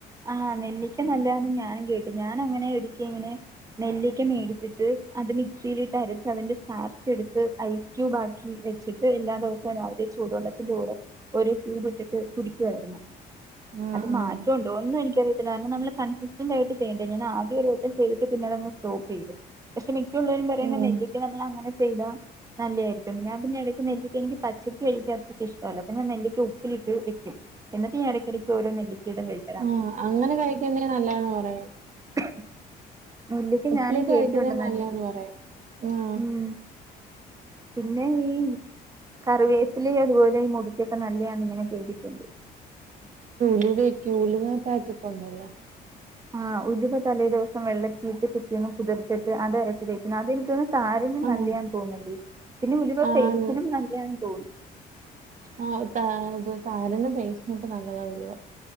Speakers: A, on the right (about 20°); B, on the right (about 50°).
A: ആഹ് നെല്ലിക്ക നല്ലന്ന് ഞാനും കേട്ടു, ഞാന അങ്ങനെ ഒരിക്കി- ഇങ്ങനെ നെല്ലിക്ക മേടിച്ചിട്ട്- അത് മിക്സിയിലിട്ട് അരച്ച് അതിന്റെ സ്റ്റാർച്ച് എടുത്ത് ഐസ് ക്യൂബ് ആക്കി വെച്ചിട്ട് എല്ലാ- ദിവസവും രാവിലെ ചൂടു വെള്ളത്തിൽ- ന്റെ കൂടെ ഒരു ക്യൂബ് ഇട്ടിട്ട്- കുടിക്കുവായിരുന്നു.
B: ആഹ്
A: അത് മാറ്റ-
B: ആഹ്.
A: ണ്ടോ ഒന്നും എനിക്കറത്തില്ല. കാരണം നമ്മ കൺസിസ്റ്റന്റ് ആയിട്ട് ചെയ്യണ്ടേ, ഞൻ ആദ്യം ഒരു വട്ടം ചെയ്തിട്ട, പിന്നെ അങ് സ്റ്റോപ്പ് ചെയ്ത്. പക്ഷെ മിക്കുള്ളവരും പറയുന്ന
B: ഉം.
A: നെല്ലിക്ക് നമ്മൾ അങ്ങനെ ചെയ്ത. നല്ലയായിരിക്കും ഞാൻ പിന്നെ ഇടക്ക് നെല്ക്കക്ക് എനിക്ക് പച്ചക്കക്ക് കഴി ചേർക്കക്ക് ഇഷ്ടല്ല. അപ്പ ഞാൻ നെല്ലിക്കക്ക് ഉപ്പിലിട്ട് കിട്ടും. എന്നിട്ട ഈ ഇടയ്ക്കടക്ക് ഓര നല്ലിക്കടും കഴിച്ചു.
B: ആ അങ്ങനെ കഴിക്കണ്ടെങ്കിൽ നല്ലതന്ന് പറയായും.
A: <unintelligible> നല്ലക്ക്
B: ഉപ്പിലിട്ട്
A: ഞാനും കേട്ടിട്ടുണ്ട
B: കഴിക്കുന്നേ
A: നല്ല
B: നല്ലതാന്ന് പറയും. ആഹ്
A: ഉം. പിന്നെ ഈ- കറിവേത്തിലേ അതുപോലെഈ- മുടിക്കൊക്കെ നല്ലതണ ഇങ്ങനെ കേട്ടയിട്ടുണ്ട്.
B: ലിവേക്ക് യ ഉലിവ പാക്ക് കൊണ്ടില്ല.
A: ആഹ് ഉലുവ തലേ ദിവസം വെള്ളത്തിട്ട് കിട്ടിന്ന് കുതിർച്ചിട്ട് അത് അരച്ചു തേറ്റുന്നു, അതെനിക്ക്ന്ന്. താരനും
B: ആഹ്
A: നല്ലൻ തോന്നില്ലേ, പിന്നെ ഉലിവ
B: ആന്ന്
A: ഫേസിനും നല്ലണ് തോന്നുന്നു.
B: ആഹ തത് താരന പേസ്നൊക്കെ നല്ലതാവുലോ